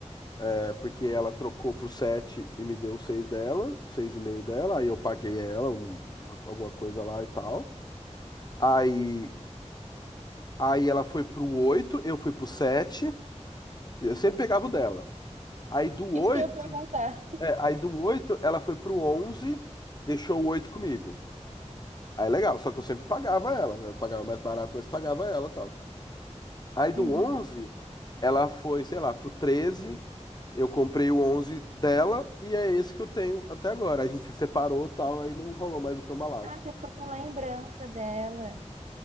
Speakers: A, on the left; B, on the right.
A: é porque ela trocou pro sete e me deu os seis dela, os seis e meio dela, aí eu paguei ela um- uma- alguma coisa lá e tal. Aí, aí ela foi pro oito, eu fui pro sete, eu sempre pegava o dela. Aí do 8
B: Isso que eu ia perguntar.
A: É, aí do 8, ela foi pro 11, deixou o 8 comigo. Aí é legal, só que eu sempre pagava ela, né? Eu pagava mais barato, mas pagava ela e tal. Aí do
B: Uhum.
A: 11, ela foi, sei lá, pro 13. eu comprei o 11 dela e é esse que eu tenho até agora. A gente se separou e tal, aí não rolou mais o cambalacho.
B: Ah, você ficou com lembrança dela.